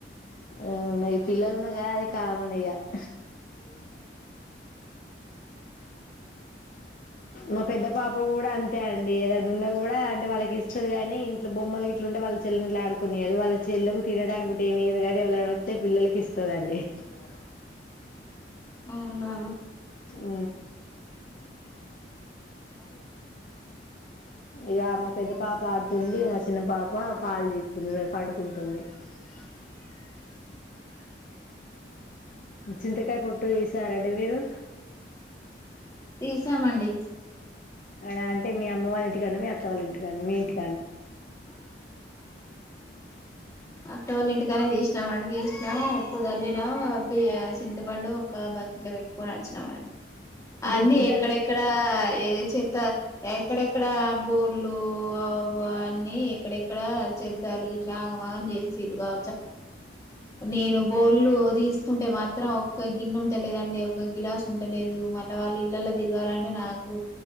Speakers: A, on the left (about 50°); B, on the left (about 20°).
A: అవునా ఈ పిల్లలు ఉన్నా కాడ అది కామనే పిల్లల సౌండ్ మా పెద్ద పాప కూడా అంతే అండి ఏదన్న ఉన్న కూడా అంటే వాళ్ళకి ఇస్తది కాని ఇంట్లో బొమ్మలు ఇట్లు ఉంటే వాళ్ళు వాళ్ల చెల్లెలు ఇంట్లో ఆడుకొని నీ అది వాళ్ళ చెల్లెకు తినడానికి కూడా ఏమియ్యదు కానీ ఎవలన్న వస్తె పిల్లలకి ఇస్తదండి అవునా
B: అవునా
A: ఉ
B: అ
A: ఇక మా పెద్ద పాప ఆడుతుంది మా చిన్న పాప పాలు చీకుతుంది పండుకుంటుంది పిల్లలు ఏడుపు చింతకాయ పొట్టు తీసారా అండి మీరు
B: తీసామండి
A: అ అంటే మీ అమ్మ వాళ్ళ ఇంటి కాని మీ అత్త వాళ్ళ ఇంటికానీ మీ ఇంటికి
B: అత్త వాల్లింటి ఇక్కనే తీసినాం అండి తీసినా ఉప్పు చల్లిన చింతపండు ఒక బకెట్ లో పెట్టుకొని వచ్చిన వచ్చవండి
A: అంటే
B: అన్నీ
A: ఉప్పు జల్
B: ఎక్కడెక్కడ ఏద చేత ఎక్కడెక్కడ బోర్లు అనువాన్ని ఎక్కడెక్కడ చెద్దార్లు ఇట్లా ఆగమాగం చేసిలుగా నేను బోల్లు వస్తుంటే మాత్రం ఒక్క గిన్నె ఉంటలేదండి ఒక గిలాస ఉంటలేదు మళ్ళీ వాళ్ళ ఇల్లులు తిరగాలంటే నాకు